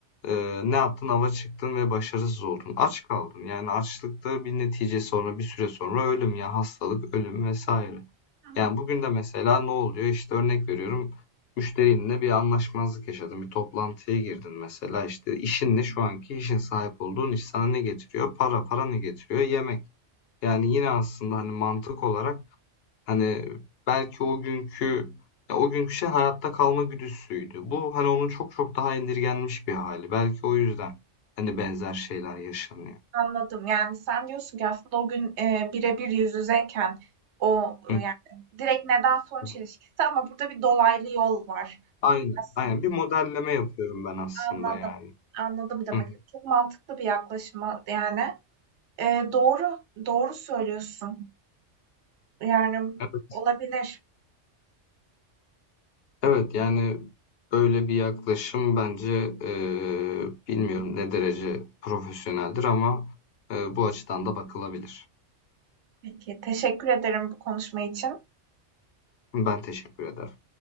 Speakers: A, on the left (about 60°); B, on the right (about 70°).
A: Eee, ne yaptın? Ava çıktın ve başarısız oldun. Aç kaldın. Yani açlıkta bir netice sonra bir süre sonra ölüm ya hastalık, ölüm vesaire.
B: Hı hı.
A: Yani bugün de mesela ne oluyor? İşte örnek veriyorum. Müşterinle bir anlaşmazlık yaşadın. Bir toplantıya girdin mesela. İşte işinle şu anki işin sahip olduğun iş sana ne getiriyor? Para. Para ne getiriyor? Yemek. Yani yine aslında hani mantık olarak Hani belki o günkü ya o günkü şey hayatta kalma güdüsüydü. Bu hani onun çok çok daha indirgenmiş bir hali. Belki o yüzden hani benzer şeyler yaşanıyor.
B: Anladım. Yani sen diyorsun ki aslında o gün e, birebir yüz yüzeyken o
A: Hı
B: e, yani direkt neden sonuç
A: hı.
B: ilişkisi ama burada bir dolaylı yol var
A: Aynen,
B: aslında.
A: aynen. Bir modelleme yapıyorum ben aslında
B: Anladım.
A: yani.
B: Anladım demek.
A: Hı hı.
B: Çok mantıklı bir yaklaşım yani. E, doğru. Doğru söylüyorsun. Yani
A: Evet.
B: olabilir.
A: Evet yani böyle bir yaklaşım bence eee, bilmiyorum ne derece profesyoneldir ama eee, bu açıdan da bakılabilir.
B: Peki, teşekkür ederim bu konuşma için.
A: Ben teşekkür ederim.